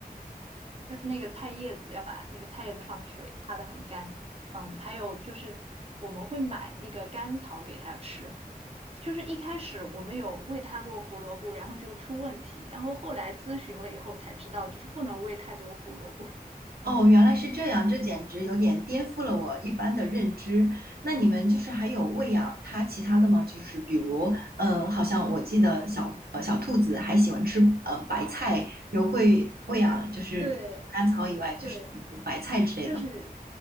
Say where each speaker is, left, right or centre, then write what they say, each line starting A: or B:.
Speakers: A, on the right; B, on the right.
A: 就是那个菜叶子要把那个菜叶子上的水擦得很干。嗯，还有就是我们会买那个甘草给它吃，就是一开始我们有喂它过胡萝卜，然后就出问题，然后后来咨询了以后才知道，就是不能喂太多胡萝卜。
B: 哦，原来是这样，这简直有点颠覆了我一般的认知。那你们就是还有喂养它其他的吗？就是比如，嗯，好像我记得小呃小兔子还喜欢吃呃白菜，有会喂养就是除了甘草以外，
A: <laughs> 对
B: 就是白菜之类的。
A: 对。就是